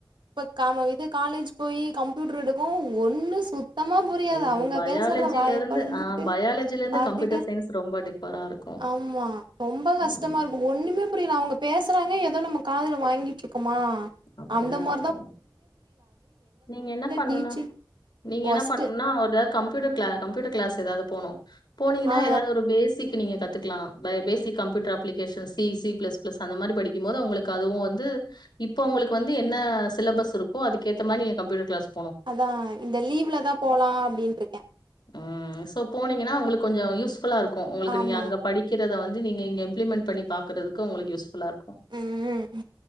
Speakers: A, on the right; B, on the left.
A: இப்ப காம இது காலேஜ் போயி கம்ப்யூட்டர் எடுக்கவு ஒண்ணு சுத் தமா புரியாது
B: ஐயோ
A: அவுங்க
B: பயாலஜில
A: பேசறத வாய
B: இருந்து
A: பொலந்துட்டு
B: ஆ பயாலஜில இருந்து
A: பாத்துட்டு
B: கம்ப்யூட்டர் சயின்ஸ் ரொம்ப டிஃபரா இருக்கு
A: ஆமா ரொம்ப கஷ்டமா
B: ம்
A: இருக்கு ஒண்ணுமே புரில அவுங்க பேசறாங்க ஏதோ நம்ம காதுல வாங்கி குமா
B: அப்டிதா
A: அந்தமா
B: இருக்கு நீங்க என்ன பண்ணுனு
A: டீச்சிங்
B: நீங்க என்ன
A: ஒஸ்ட்டு
B: பண்ணுனுனா ஒரு கம்ப்யூட்டர் க்ளா கம்ப்யூட்டர் க்ளாஸ் ஏதாது போனு போனீங்கன்னா
A: ஆ
B: ஏதாது ஒரு பேசிக் நீங்க கத்துக்குலா basic computer application C C plus plus அந்தமாரி படிக்குமோது உங்களுக்கு அதுவும் வந்து இப்ப உங்களுக்கு வந்து என்ன சிலபஸ் இருக்கோ அதுக்கேத்தமாரி நீங்க கம்ப்யூட்டர் க்ளாஸ்
A: அதான் இந்த லீவ்லதான் போலா அப்டின்ருக்கே
B: ம் ஸோ போனிங்கனா உங்களுக்கு கொஞ்சோ யூஸ் ஃபுல்லா இருக்கு உங்களுக்கு
A: ஆமா
B: நீங்க அங்க படிக்கிற த வந்து நீங்க இங்க இம்ப்ளிமெண்ட் பண்ணி பாக்குறதுக்கு உங்களுக்கு யூஸ்ஃபுல்லா இருக்
A: ம்